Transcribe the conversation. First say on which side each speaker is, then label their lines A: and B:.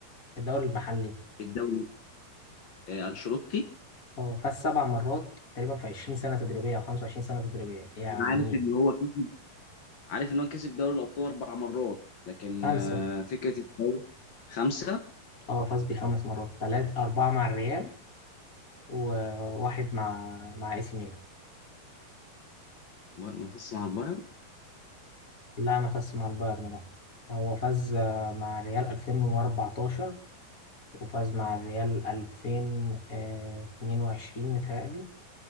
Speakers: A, on the left; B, on the left.
A: الدوري المحلي
B: الدوري آه، انشيلوتي
A: اه فاز سبع مرات تقريبا في 20 سنه تدريبيه او 25 سنه تدريبيه يعني
B: أنا عارف ان هو كسب عارف ان هو كسب دوري الابطال اربع مرات لكن
A: خمسه
B: آه، فكرة الدوري خمسة
A: اه فاز بخمس مرات ثلاث اربعه مع الريال وواحد مع مع اي سي ميلان
B: ما ما فزش مع البايرن
A: لا ما فازش مع البايرن لا هو فاز آه، مع الريال 2014 وفاز مع الريال 2022 متهيألي